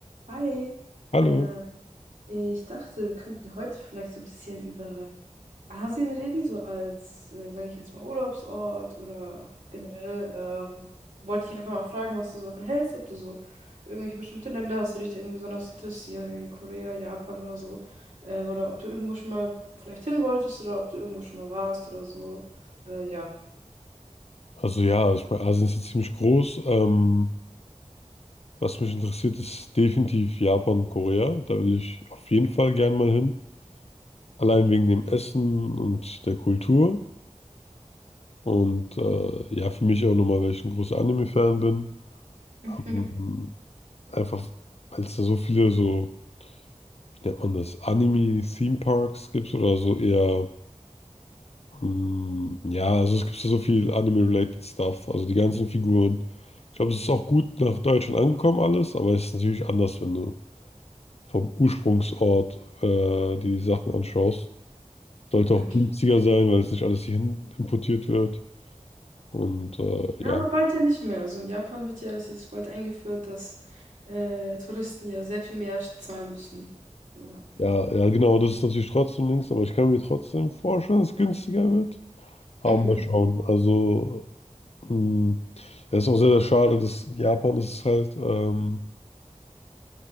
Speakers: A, on the right (about 90°); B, on the left (about 55°).
A: Hi,
B: Hallo.
A: äh, ich dachte, wir könnten ja heute vielleicht so ein bisschen über Asien reden, so als, äh, sage ich jetzt mal, Urlaubsort oder generell. Ähm, wollte ich einfach mal fragen, was du so davon hältst, ob du so irgendwelche bestimmte Länder hast, die dich da irgendwie besonders interessieren, irgendwie Korea, Japan oder so, äh, oder ob du irgendwo schon mal vielleicht hin wolltest oder ob du irgendwo schon mal warst oder so. Äh, ja.
B: Also ja, also ich meine, Asien ist jetzt ziemlich groß. Ähm, was mich interessiert, ist definitiv Japan und Korea. Da will ich auf jeden Fall gern mal hin. Allein wegen dem Essen und der Kultur. Und äh, ja, für mich auch nochmal, weil ich ein großer Anime-Fan bin.
A: <laughs>
B: Ähm, einfach, weil es da so viele so, wie nennt man das, Anime-Theme-Parks gibt oder so eher Hm, Ja, also es gibt ja so viel Anime-related Stuff, also die ganzen Figuren. Ich glaube, es ist auch gut nach Deutschland angekommen alles, aber es ist natürlich anders, wenn du vom Ursprungsort äh, die Sachen anschaust. Sollte
A: Ja,
B: auch
A: klar.
B: günstiger sein, weil es nicht alles hierhin importiert wird. Und äh,
A: Ja,
B: ja,
A: aber bald ja nicht mehr. Also in Japan wird ja das jetzt bald eingeführt, dass äh, Touristen ja sehr viel mehr zahlen müssen. Ja.
B: ja, ja, genau, das ist natürlich trotzdem links, aber ich kann mir trotzdem vorstellen, dass es günstiger wird. Aber
A: Mhm.
B: mal schauen. Also, hm, ja, ist auch sehr, sehr schade, dass Japan ist halt. Ähm,